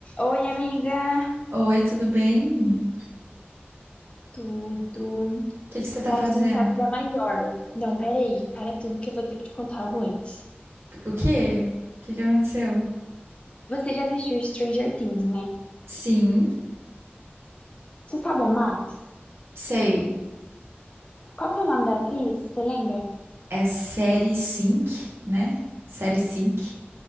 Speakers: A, on the left; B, on the right.
A: Oi, amiga.
B: Oi, tudo bem? O
A: Tudo.
B: que que você tá
A: Ah,
B: fazendo?
A: você não sabe da maior. Não, peraí. Para tudo que eu vou ter que te contar algo antes.
B: O quê? O que que aconteceu?
A: Você já assistiu Stranger Things, né?
B: Sim,
A: Você sabe a Max?
B: sei.
A: Qual que é o nome da atriz? Você lembra?
B: É série cinco, né? Série cinco.